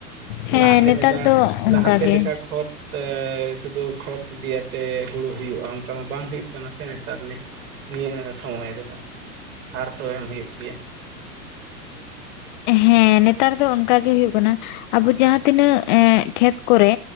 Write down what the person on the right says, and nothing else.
ᱞᱟᱦᱟᱛᱮ
ᱞᱮᱠᱟ
ᱞᱟᱦᱟᱛᱮ
ᱞᱮᱠᱟ ᱠᱷᱚᱛ <unintelligible> ᱥᱩᱫᱩ ᱠᱷᱚᱛ ᱤᱫᱤᱭᱟᱛᱮ ᱦᱩᱲᱩ ᱦᱩᱭᱩᱜ-ᱟ ᱚᱱᱠᱟ ᱢᱟ ᱵᱟᱝ ᱦᱩᱭᱩᱜ ᱠᱟᱱᱟ ᱥᱮ ᱱᱮᱛᱟᱨ ᱱᱤᱡ ᱱᱤᱭᱟᱹ ᱥᱚᱢᱚᱭ ᱨᱮᱫᱚ ᱥᱟᱨ ᱛᱚ ᱮᱢ ᱦᱩᱭᱩᱜ ᱜᱮᱭᱟ